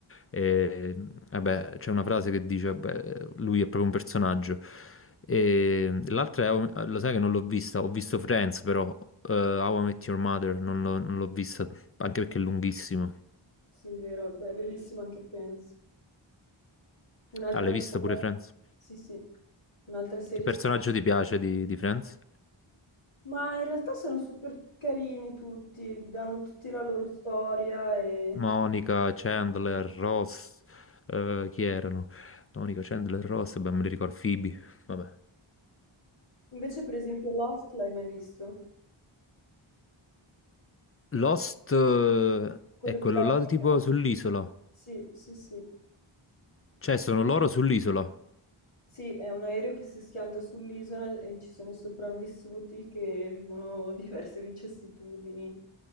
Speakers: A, on the left; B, on the left.
A: E, vabbè, c'è una frase che dice, vabbè, lui è proprio un personaggio. E l'altra è, How- lo sai che non l'ho vista, ho visto Friends però, eh, How I Met Your Mother, non l'ho non l'ho vista, anche perché è lunghissimo.
B: Sì, vero. Beh, è bellissimo anche Friends. Un'altra
A: Ah, l'hai visto
B: serie.
A: pure Friends?
B: Sì, sì. Un'altra serie.
A: Che personaggio
B: su-
A: ti piace di, di Friends?
B: Ma in realtà sono super carini tutti, hanno tutti la loro storia e...
A: Monica, Chandler, Ross, eh, chi erano? Monica, Chandler, Ross, beh, me li ricordo, Phoebe, vabbè.
B: Invece, per esempio, Lost l'hai mai visto?
A: Lost, eh,
B: Quello
A: è
B: dell'aereo?
A: quello là tipo sull'isola.
B: Sì, sì, sì.
A: Cioè, sono loro sull'isola.
B: Sì, è un aereo che si schianta sull'isola e ci sono i sopravvissuti che vivono <laughs> diverse vicissitudini,